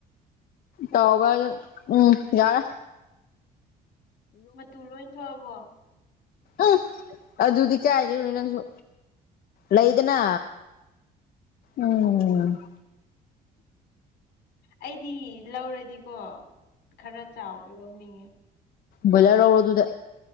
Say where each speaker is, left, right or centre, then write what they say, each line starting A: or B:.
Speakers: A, on the left; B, on the left.
A: ꯇꯥꯎꯕ ꯑꯗꯨ ꯎꯝ ꯌꯥꯔ
B: ꯃꯇꯨ ꯂꯣꯏ ꯊꯣꯛꯑꯕꯣ
A: ꯎꯝ ꯑꯗꯨꯗꯤ ꯀꯥꯏꯗꯩꯅꫭ ꯅꯪꯁꯨ ꯂꯩꯗꯅ ꯎꯝ
B: ꯑꯩꯗꯤ ꯂꯧꯔꯗꯤꯀꯣ ꯈꯔ ꯆꯥꯎ ꯍꯂꯅꯤ
A: ꯕꫭꯏꯂꯔ ꯂꯧꯔꫭ ꯑꯗꯨꯗꯤ